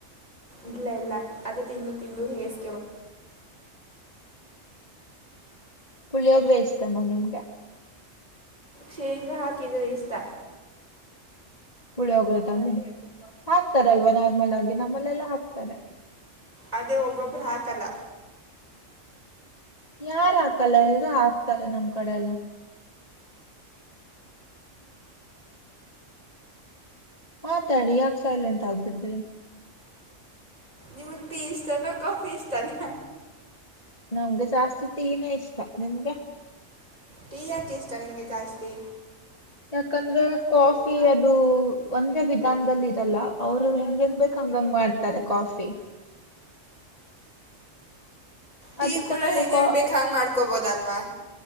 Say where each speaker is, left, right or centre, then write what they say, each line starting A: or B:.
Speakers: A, on the right (about 30°); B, on the left (about 30°).
A: ಇಲ್ಲ ಇಲ್ಲ ಅದು ತಿಂದು ತಿಂದು ಹೇ <inaudible>
B: ಪುಳಿಯೋಗರೆ ಇಷ್ಟ ನಾ ನಿಮಗೆ
A: ಶೇಂಗಾ ಹಾಕಿದ್ರೆ ಇಷ್ಟ
B: ಪುಳಿಯೋಗರೆದಲ್ಲಿ ಹಕ್ತರಲ್ವ ನಾರ್ಮಲ್ ಆಗಿ ನಮ್ಮ ಲೆಲ್ಲ ಹಾಕ್ತಾರೆ
A: ಅದೇ ಒಬ್ಬೊಬರ್ ಹಾಕಲ್ಲ
B: ಯಾರ ಹಾಕಲ್ಲ ಎಲ್ರೂ ಹಾಕ್ತಾರೆ ನಮ್ ಕಡೆ ಎಲ್ಲ ಮಾತಾಡಿ ಯಾಕ್ ಸೈಲೆಂಟ್ ಆಗ್ಬಿಟ್ರಿ
A: ನಿಮಗ ಟೀ ಇಷ್ಟ ನಾ ಕಾಫಿ ಇಷ್ಟ ನಾ
B: ನಮಗೆ ಜಾಸ್ತಿ ಟೀ ನೇ ಇಷ್ಟ ನಿಮ್ಗೆ
A: ಟೀ ಯಾಕ್ ಇಷ್ಟ ನಿಮ್ಗೆ ಜಾಸ್ತಿ
B: ಯಾಕಂದ್ರೆ ಕಾಫಿ ಅದು ಒಂದೇ ವಿಧಾನದಲ್ಲಿ ಇರಲ್ಲ ಅವರು ಹೆಂಗೆಂಗ್ ಬೇಕ್ ಹ್ಯಾಂಗಂಗ್ ಮಾಡ್ತಾರೆ ಕಾಫಿ
A: ಟೀ
B: ಅದಕ್ಕೆ
A: ಕೂಡ
B: ನಂಗ
A: ಹೆಂಗೆ
B: ಕೊ
A: ಹೆಂಗೆ ಬೇಕು ಹಂಗೆ ಮಾಡ್ಕೋಬೋದಲ್ವಾ